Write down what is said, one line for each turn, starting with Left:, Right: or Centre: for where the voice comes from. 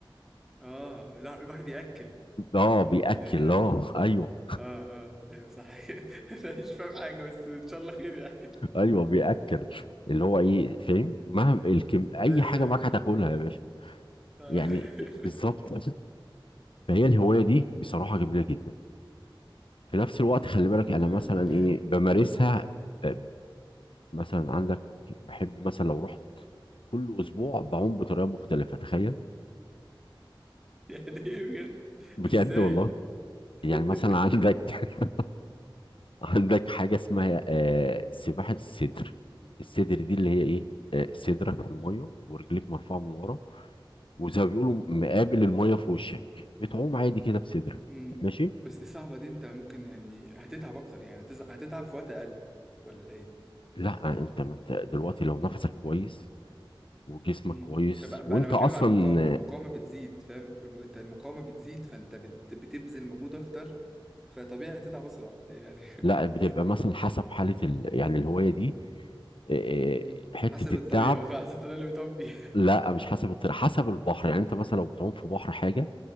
Centre: اه لا البحر بياكل
Left: اه بيأكل
Centre: ولا ايه انا
Left: اه ايوه
Centre: اه اه ايوه صح <laughs> أنا مش فاهم حاجة بس ان شاء الله خير يعني
Left: ايوه بيأكل اللي هو ايه فاهم مهما الكم
Centre: <laughs>
Left: اي
Centre: ايوه
Left: حاجه
Centre: ايوه
Left: معاك
Centre: ايوه
Left: هتاكلها يا باشا
Centre: ف
Left: يعني ت- بالظبط
Centre: <laughs>
Left: فهي الهوايه دي بصراحه جميله جدا في نفس الوقت خلي بالك
Centre: في-
Left: انا مثلا ايه بمارسها آه، مثلا عندك بحب مثلا لو رحت كل اسبوع بعوم بطريقه مختلفه تخيل
Centre: يعني ايه بجد
Left: بجد
Centre: ازاي
Left: والله يعني
Centre: <laughs>
Left: مثلا عندك <laughs> عندك حاجة اسمها آه، سباحة الصدر الصدر دي اللي هي ايه آه، صدرك في المية ورجليك مرفوعة من ورا وزي ما بيقولوا مقابل المية في وشك بتعوم عادي كده بصدرك
Centre: مم.
Left: ماشي
Centre: بس دي صعبة دي انت ممكن يعني هتتعب اكتر يعني هتز- هتتعب في وقت اقل ولا ايه
Left: لا انت ما انت دلوقتي لو نفسك كويس وجسمك
Centre: امم
Left: كويس
Centre: بقى
Left: وانت
Centre: بقى انا بتكلم
Left: اصلا
Centre: عن المقاومة المقاومة
Left: آه،
Centre: بتزيد فاهم الم- انت المقاومة بتزيد فانت بت... بتبذل مجهود اكتر فطبيعي هتتعب اسرع ولا ايه يعني <laughs>
Left: لا بتبقى مثلا حسب حالة ال... يعني الهواية دي آه،
Centre: مم.
Left: آه، حتة
Centre: حسب
Left: التعب
Centre: الطريقة فحسب الطريقة اللي بتقوم بيها
Left: لا مش حسب الطريق حسب البحر يعني انت مثلا لو بتعوم في بحر حاجة